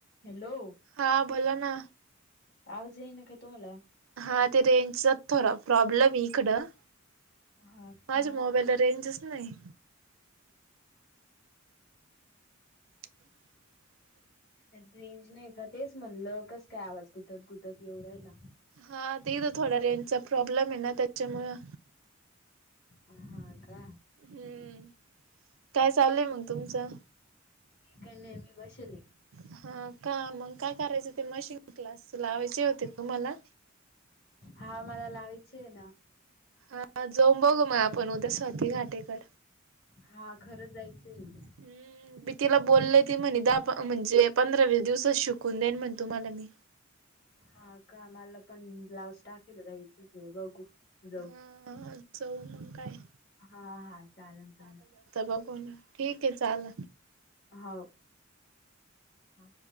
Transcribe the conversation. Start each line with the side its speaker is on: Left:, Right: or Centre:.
Left: hello
Right: हा बोला ना
Left: आवाज येईना काय तुम्हाला
Right: हा ते रेंजचा थोडा प्रॉब्लेम आहे इकडं
Left: हा
Right: माझ्या
Left: का
Right: मोबाईलला रेंजच नाही <inaudible>
Left: रेंज नाही का तेच म्हणलं आवाज कस काय गुतत गुतत येऊ रायला
Right: हा ते इथ थोडा रेंजचा प्रॉब्लेम आहे ना त्याच्यामुळं
Left: हा का
Right: हम्म काय चाललंय मग तुमचं
Left: <inaudible>
Right: हा का मग काय करायचं ते मशीन क्लास लावायचे होते तुम्हाला
Left: हावा मला लावायचे ये ना
Right: हा जाऊन बघू मग आपण उद्या स्वाती घाटेकर
Left: हा खरं जायचं ये उद्या
Right: हम्म मी तिला बोललय ती म्हणे दहा म्हणजे पंधरा वीस दिवसात शिकून देईन म्हण तुम्हाला मी
Left: हा का मला पण ब्लाऊज टाकायला जायचंच आहे बघू जाऊ
Right: हा जाऊ मग काय
Left: हा हा चालेल चालेल
Right: बघून ठीक आहे चाल
Left: हा ह